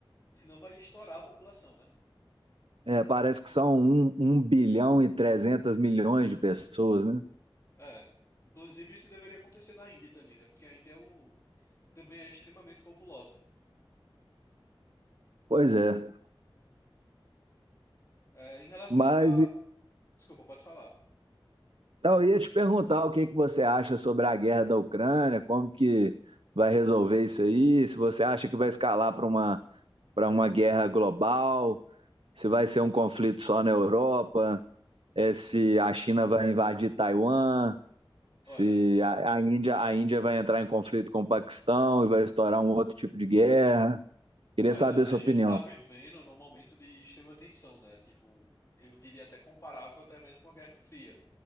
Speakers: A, on the left (about 35°); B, on the right (about 80°).
A: senão vai estourar a população, né?
B: é, parece que são um, um bilhão e 300 milhões de pessoas, né?
A: É. Inclusive isso deveria acontecer na Índia também, né? Porque a Índia é o também é extremamente populosa.
B: Pois é.
A: É, em relação
B: Mas
A: a. Desculpa, pode falar.
B: então, eu ia te perguntar o que que você acha sobre a guerra da Ucrânia, como que vai resolver isso aí, se você acha que vai escalar para uma, para uma guerra global, se vai ser um conflito só na Europa, eh, se a China vai invadir Taiwan, se
A: Olha,
B: a, a Índia, a Índia vai entrar em conflito com o Paquistão e vai estourar um outro tipo de guerra. Queria
A: olha,
B: saber a
A: a
B: sua
A: gente
B: opinião.
A: tá vivendo num momento de extrema tensão, né? Tipo, eu diria até comparável até mesmo com a Guerra Fria.